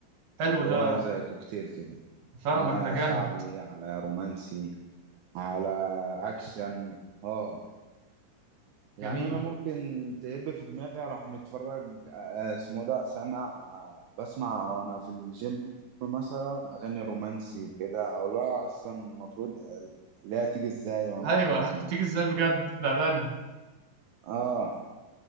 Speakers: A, on the right; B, on the right.
A: حلو
B: اللي هو
A: ده
B: زي كوكتيل كده
A: فاهمك
B: وشعبي
A: ده جامد
B: على رومانسي على أكشن اه يعني
A: جميل
B: أنا ممكن تهب في دماغي أروح متفرج آه، اسمه ده سمع آه، بسمع وأنا في الجيم مثلا أغاني رومانسي وكده أو لا أصلا المفروض لا تيجي إزاي وأنا
A: ايوه
B: بتمرن
A: <laughs>
B: يعني
A: تيجي ازاي بجد بامانه
B: اه